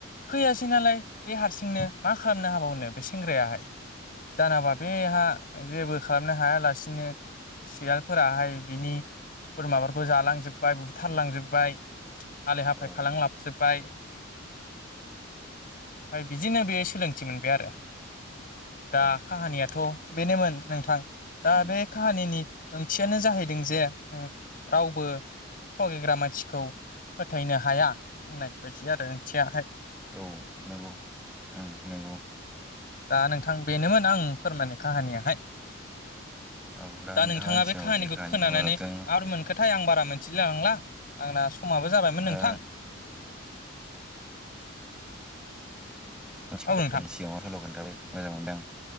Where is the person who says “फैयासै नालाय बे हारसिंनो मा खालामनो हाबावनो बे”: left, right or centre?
Left